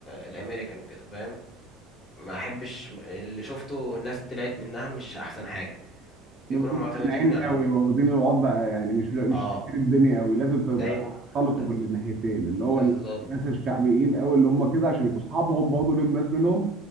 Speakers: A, on the left (about 25°); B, on the right (about 35°).
A: الامريكان وكده فاهم ما احبش اللي شفته الناس طلعت منها مش احسن حاجة بيكونوا
B: نبقى متدلعين
A: معتمدين على
B: قوي واخدين الوضع يعني مش مش
A: اه
B: شايفين الدنيا قوي لازم تبقى
A: دايما
B: خلطوا
A: بز-
B: بالناحيتين اللي هو
A: بالظبط
B: الناس الشعبيين قوي اللي هم كده عشان يبقوا اصحابهم برضه ليهم ناس منهم